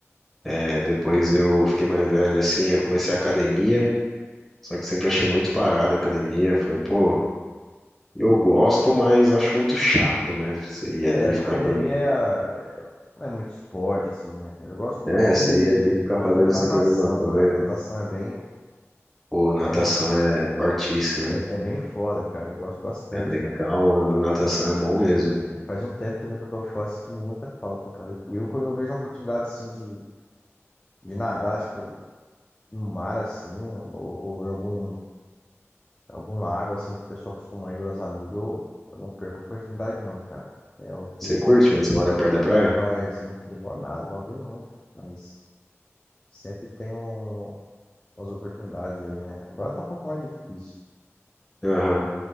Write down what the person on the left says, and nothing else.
é,
acho
que academia
é, a- é- não é muito esporte, assim, né, cara? Eu gosto muito
de,
eu gosto
muito de natação,
cara. Natação é bem,
é,
é é bem foda, cara. Eu gosto bastante,
cara.
É, Faz um tempo também que eu tô fora, sinto muita falta, cara. Eu, eu, quando eu vejo uma oportunidade assim de, de nadar, tipo, no mar assim, ou, ou em algum, algum lago assim, que o pessoal costuma ir com os amigos, eu, eu não perco a oportunidade não, cara. É o que
faz muito bem, moro nada, moro bem longe, cara. Mas sempre tem um, umas oportunidades aí, né? Agora tá um pouco mais difícil,